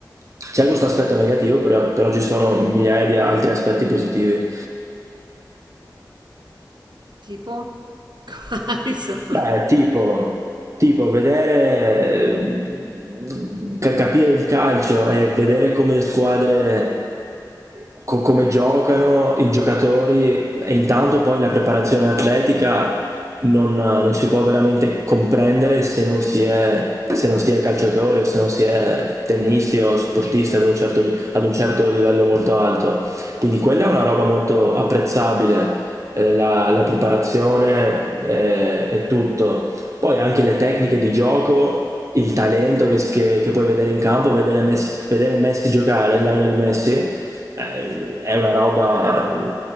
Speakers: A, on the right (about 45°); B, on the right (about 75°).
A: C'è questo aspetto negativo, però, però ci sono migliaia di altri aspetti positivi.
B: Tipo? <laughs> Quali sono?
A: Beh, tipo, tipo vedere, eh, ca- capire il calcio e vedere come le squadre, co- come giocano i giocatori e intanto poi la preparazione atletica non, non si può veramente comprendere se non si è, se non si è calciatori o se non si è tennisti o sportisti ad un certo li- ad un certo livello molto alto. Quindi quella è una roba molto apprezzabile eh, la, la preparazione eh, è tutto. Poi anche le tecniche di gioco, il talento che, che- che puoi vedere in campo, vedere Messi, vedere Messi giocare, Lionel Messi, eh, è una roba